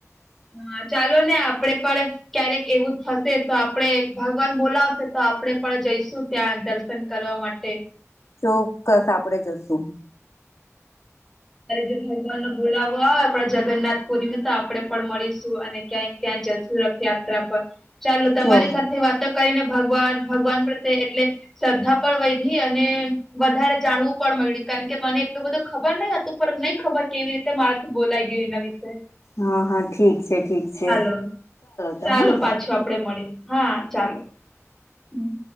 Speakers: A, in the centre; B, on the left.
A: હા ચાલો ને આપડે પણ ક્યારેક એવું થશે તો આપડે ભગવાન બોલાવશે તો આપડે પણ જઈશું ત્યાં દર્શન કરવા માટે
B: ચોક્કસ આપડે જશું.
A: મારે જે ભગવાનનો બોલાવો આવે આપણા જગન્નાથપુરીને તો આપડે પણ મળીશું અને ક્યાંય ત્યાં જસુ રથ યાત્રા પર ચાલો તમારી
B: જો
A: સાથ થે વાતો કરીને ભગવાન ભગવાન પ્રત્યે એટલે શ્રદ્ધા પણ વૈધી અને વધારે જાણવું પણ મળ્યું કારણ કે મને એટલું બધું ખબર નઈ હતું. <unintelligible> ખબર નઈ કેવી રીતે મારાથી બોલાય ગયું એના વિશે.
B: હા હા ઠીક છે ઠીક છે
A: હાલો
B: તો
A: ચાલો
B: હા
A: પાછું આપડે મળીએ, હા ચાલો હમ્મ